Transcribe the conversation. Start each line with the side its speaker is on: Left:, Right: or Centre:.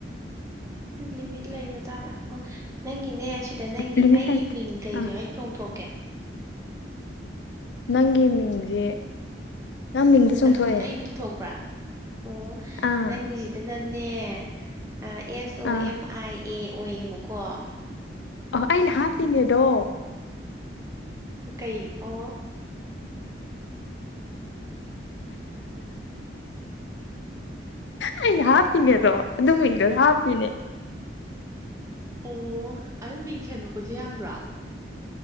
Right: ꯂꯤꯃꯤꯠ ꯂꯩꯕꯖꯥꯠꯔꯥ ꯑꯣ ꯅꯪꯒꯤꯅꯦ ꯁꯤꯗ ꯅꯪꯒꯤ
Left: ꯂꯤꯃꯤꯠ
Right: ꯑꯩꯒꯤ
Left: ꯂꯩꯇꯦ
Right: ꯃꯤꯡ ꯀꯩꯀꯩ
Left: ꯑꯥ
Right: ꯍꯥꯏꯅ ꯆꯣꯡꯊꯣꯛꯀꯦ
Left: ꯅꯪꯒꯤ ꯃꯤꯡꯁꯦ ꯅꯪ ꯃꯤꯡꯗ ꯆꯣꯡꯊꯣꯛꯑꯦ
Right: ꯑꯗꯨꯝ ꯑꯩ ꯃꯤꯡ ꯊꯣꯛꯄ꯭ꯔꯥ ꯑꯣ
Left: ꯑꯥ
Right: ꯅꯪꯒꯤꯁꯤꯗꯅꯅꯦ ꯑꯦꯁ ꯑꯣ
Left: ꯑꯥ
Right: ꯑꯦꯝ ꯑꯥꯏ ꯑꯦ ꯑꯣꯏꯌꯦꯕꯀꯣ
Left: ꯑꯩꯅ ꯍꯥꯞꯄꯤꯅꯦ ꯑꯗꯣ
Right: ꯀꯩ ꯑꯣ
Left: ꯑꯩꯅ ꯍꯥꯞꯄꯤꯅꯦꯗꯣ ꯑꯗꯨꯢ ꯃꯤꯡꯗꯣ ꯍꯥꯞꯄꯤꯅꯦ
Right: ꯑꯣ ꯑꯗꯨ ꯃꯤꯡ ꯁꯦꯝꯗꯣꯛꯄꯁꯨ ꯌꯥꯕ꯭ꯔꯣ